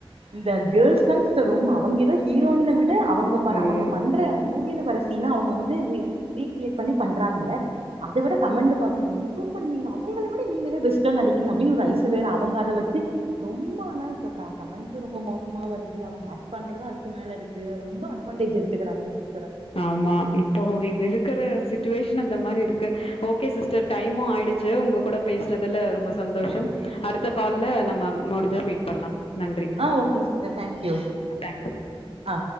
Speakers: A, on the right (about 85°); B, on the left (about 75°).
A: இந்த கேல்ஸ் தாங்கா சிஸ்டர் ரொம்ப அவங்கதான் ஹீரோயின விட அவங்க பா
B: ம்.
A: அவங்க பண்ற மூவியில வர சீன அவங்க வந்து ரீ கிரியேட் பண்ணி பண்றாங்க அதை விட கமெண்ட் பாக்க நீங்க அவங்களை விட நீங்கதே பெஸ்ட் <unintelligible> அப்பிடின்னு ஒரு ஐஸ் வேற அவங்க அதை வச்சு ரொம்ப ஆனா இ கமெண்ட் ரொம்ப மோசமா வருது அவங்க ஆக்ட் பண்றத அதுக்கு மேல இருக்கு ரொம்ப அட்வான்டேஜ் இருக்கு எடுத்துக்குறாங்க
B: ஆமா இப்போ இருக்கற சச்சுவேஷன் அந்த மாதிரி இருக்கு ஓகே சிஸ்டர் டைமும் ஆயிடுச்சு உங்க கூட பேசனதுல ரொம்ப சந்தோஷம் அடுத்த கால்ல நம்ம முடிஞ்சா மீட் பண்ணலாம் நன்றி.
A: ஆஹ் ஓகேங்க தேங்க்யூ
B: தேங்க்யூ.
A: ஆ